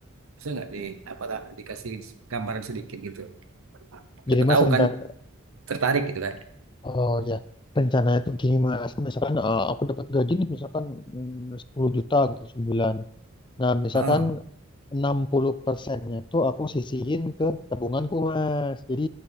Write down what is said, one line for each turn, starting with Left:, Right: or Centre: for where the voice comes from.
Right: Bisa nggak di apa tak dikasih gambaran sedikit gitu?
Left: jadi
Right: Siapa
Left: mas
Right: tahu
Left: rencana
Right: kan tertarik gitu kan?
Left: oh ya rencana itu gini mas misalkan eh, aku dapat gaji nih misalkan mm, 10 juta gitu sebulan nah misalkan
Right: Heeh.
Left: 60 persennya itu aku sisihin ke tabunganku mas jadi